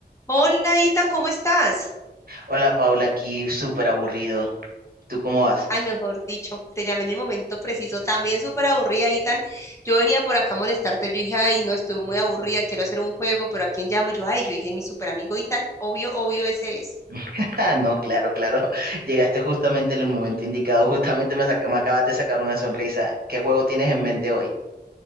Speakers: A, on the left; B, on the right.
A: Hola, Itan, ¿cómo estás?
B: Hola Paula, aquí súper aburrido. ¿Tú cómo vas?
A: Ay, mejor dicho, te llamé en el momento preciso. También súper aburrida, Itan. Yo venía por acá a molestarte. Yo dije, ay, no, estoy muy aburrida, quiero hacer un juego, pero ¿a quién llamo? Y yo, ay, yo dije, mi súper amigo Itan, obvio, obvio, ese es.
B: <laughs> Ah, no, claro, claro. Llegaste justamente en el momento indicado. Justamente me, saca- me acabas de sacar una sonrisa. ¿Qué juego tienes en mente hoy?